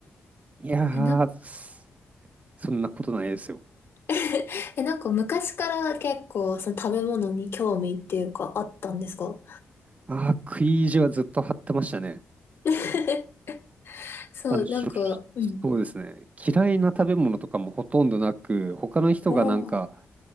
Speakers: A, on the right; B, on the left.
A: いやー、
B: え、な、
A: そんなことないですよ。
B: <laughs> え、なんか昔から結構その食べ物に興味っていうかあったんですか
A: ああ、食い意地はずっと張ってましたね。
B: <laughs> そう、
A: あの、しょ
B: <laughs> なんか、うん。
A: そうですね。嫌いな食べ物とかもほとんどなく、他の人がなんか、
B: おー